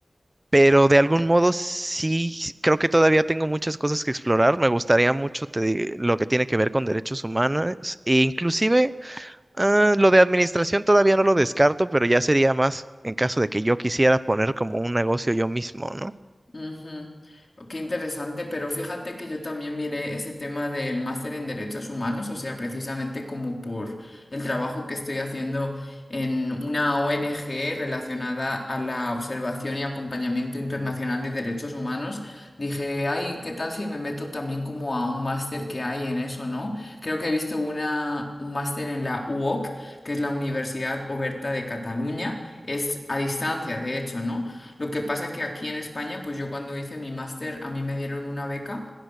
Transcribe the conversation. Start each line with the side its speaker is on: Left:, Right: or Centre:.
Right: Pero de algún modo sí, creo que todavía tengo muchas cosas que explorar. Me gustaría mucho te di- lo que tiene que ver con derechos humanos e inclusive ah, lo de administración todavía no lo descarto, pero ya sería más en caso de que yo quisiera poner como un negocio yo mismo, ¿no?
Left: Ujú. Oh, Qué interesante, pero fíjate que yo también miré ese tema del máster en derechos humanos, o sea, precisamente como por el trabajo que estoy haciendo en una ONG relacionada a la observación y acompañamiento internacional de derechos humanos, dije, ay, ¿qué tal si me meto también como a un máster que hay en eso, ¿no? Creo que he visto una, un máster en la UOC, que es la Universidad Oberta de Cataluña, es a distancia, de hecho, ¿no? Lo que pasa que aquí en España, pues yo cuando hice mi máster, a mí me dieron una beca